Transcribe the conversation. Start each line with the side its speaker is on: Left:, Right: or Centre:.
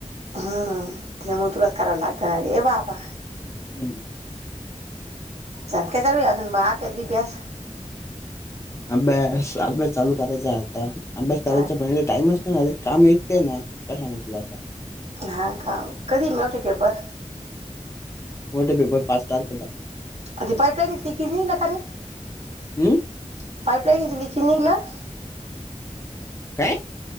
Right: हम् त्यामुळ तुलाच कराव लागत ना रे? ए बाबा
Left: हम्म.
Right: काय चालूय अजून अभ्यास बीभ्यास?
Left: अभ्यास, अभ्यास चालू करेचाय आता. अभ्यास करायचा
Right: हा
Left: पण हित टाईमच <unintelligible> आग काम इतकं ये ना काय सांगु तुला आता?
Right: हा काव कधी मेवटी पेपर?
Left: मोठे पेपर पाच तारकेेला.
Right: <unintelligible>
Left: हम्म
Right: निगल
Left: काय?